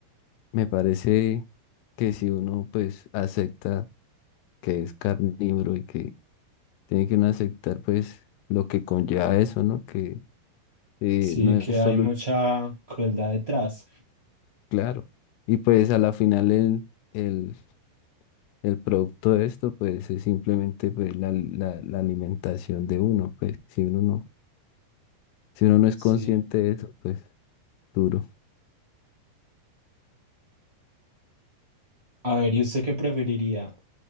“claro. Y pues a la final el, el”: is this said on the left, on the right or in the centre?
Left